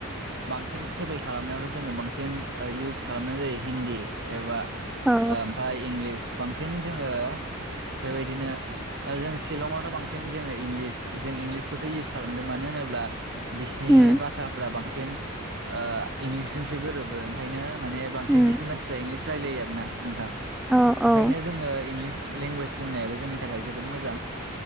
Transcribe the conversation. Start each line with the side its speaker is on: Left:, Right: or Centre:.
Right: बांसिन ट्रेबेल खालामनायावथ' जोंङो बांसिन इउस खालामनाय जायो हिन्दी एबा ओ
Centre: औ
Right: ओमफाय इंलिस बांसिन जोङो बेबायदिनो ओ जों शिलंआवथ' बांसिन जोङो इंलिस जों इंलिसखौसो इउस खालामदों मानो होनोब्ला बिसिनि
Centre: उम
Right: बासाफ्रा बांसिन ओ इंलिसजोंसो गोरोबोन ओंखायनो माने बांसिन
Centre: उम
Right: बिसिनि मानसिफ्रा इंलिस रायलायो आरोना नोंथां।
Centre: औ
Right: ओंखायनो
Centre: औ
Right: जोङो इंलिस लेंगुवेज रोंनायाबो जोंनि थाखाय जोबोद मोजां।